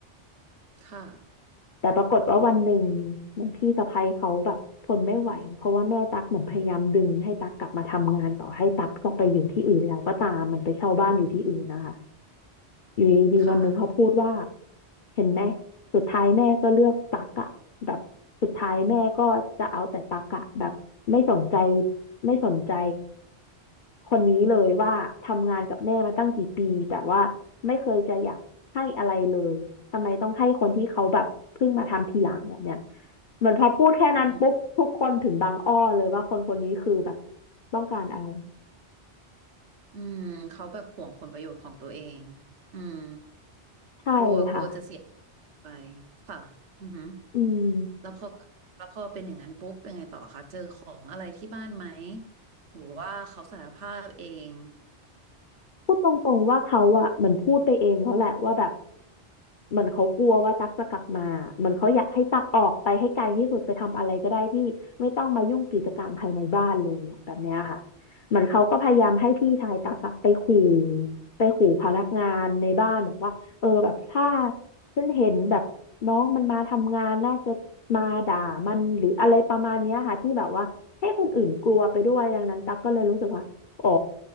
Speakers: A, on the right; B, on the left.
A: ค่ะ
B: แต่ปรากฏว่าวันหนึ่งเหมือนพี่สะใภ้เขาแบบทนไม่ไหวเพราะว่าแม่ตั๊กเหมือนพยายามดึงให้ตั๊กกลับมาทำงานต่อให้ตั๊กจะไปอยู่ที่อื่นแล้วก็ตามมันไปเช่าบ้านอยู่ที่อื่นนะคะ อยู่ดีๆวันหนึ่งเขาพูดว่า
A: ค่ะ
B: เห็นไหมสุดท้ายแม่ก็เลือกตักอะแบบสุดท้ายแม่ก็จะเอาแต่ตักอะแบบไม่สนใจไม่สนใจคนนี้เลยว่าทำงานกับแม่มาตั้งกี่ปีแต่ว่าไม่เคยจะอยากให้อะไรเลยทำไมต้องให้คนที่เขาแบบเพิ่งมาทำทีหลังแบบเนี้ยเหมือนพอพูดแค่นั้นปุ๊บทุกคนถึงบางอ้อเลยว่าคนคนนี้คือแบบ
A: อืม
B: ต้องการอะไร
A: อืมเขาแบบหวงผลประโยชน์ของตัวเองอืม
B: ใช่ค่ะ
A: กลัวกลัวจะเสียไปค่ะอือหือ
B: อืม
A: แล้วพอแล้วพอเป็นอย่างนั้นปุ๊บยังไงต่อคะเจอของอะไรที่บ้านไหมหรือว่าเขาสารภาพเอง
B: พูดตรงๆว่าเขาอะเหมือนพูดไปเองแล้วแหละว่าแบบเหมือนเขากลัวว่าตั๊กจะกลับมาเหมือนเขาอยากให้ตั๊กออกไปให้ไกลที่สุดไปทำอะไรก็ได้ที่ไม่ต้องมายุ่งกิจการภายในบ้านเลยอะแบบเนี้ยค่ะเหมือนเขาก็พยายามให้พี่ชายตั๊กอะไปขู่ไปขู่พนักงานในบ้านแบบว่าเออแบบถ้าฉันเห็นแบบน้องมันมาทำงานน่าจะมาด่ามันหรืออะไรประมาณเนี้ยค่ะที่แบบว่าให้คนอื่นกลัวไปด้วยดังนั้นตั๊กก็เลยรู้สึกว่า อ๋อ